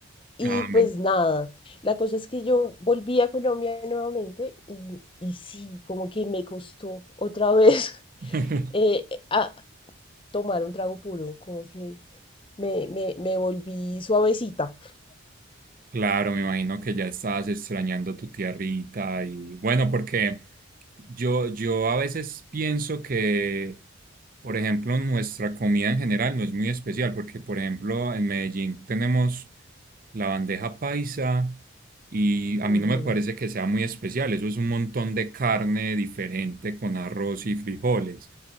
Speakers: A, on the left; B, on the right.
A: Y
B: amén.
A: pues nada, la cosa es que yo volví a Colombia nuevamente y, y sí, como que me costó otra vez <laughs>
B: <laughs>
A: eh, a tomar un trago puro, como que me, me, me volví suavecita.
B: Claro, me imagino que ya estabas extrañando tu tierrita y bueno, porque yo, yo a veces pienso que, por ejemplo, nuestra comida en general no es muy especial, porque, por ejemplo, en Medellín tenemos la bandeja paisa y a
A: Ujú,
B: mí no me parece que sea muy especial, eso es un montón de carne diferente con arroz y frijoles.